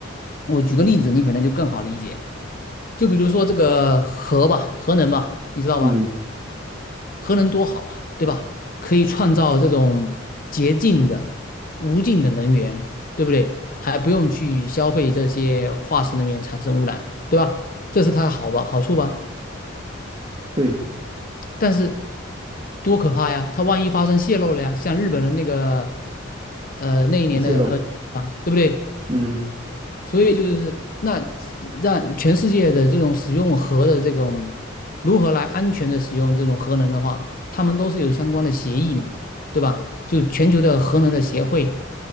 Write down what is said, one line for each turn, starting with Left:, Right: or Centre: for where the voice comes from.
Left: 我举个例子，你可能就更好理解。就比如说这个核吧，核能吧，你知道吧？
Right: 嗯，
Left: 核能多好啊，对吧？可以创造这种洁净的、无尽的能源，对不对？还不用去消费这些化石能源产生污染，对吧？这是它的好吧，好处吧？
Right: 对，
Left: 但是多可怕呀！它万一发生泄漏了呀，像日本的那个，呃，那一年的核啊，
Right: 不泄露，
Left: 对不对？
Right: 嗯
Left: 所以就是那让全世界的这种使用核的这种如何来安全的使用这种核能的话，他们都是有相关的协议嘛，对吧？就全球的核能的协会，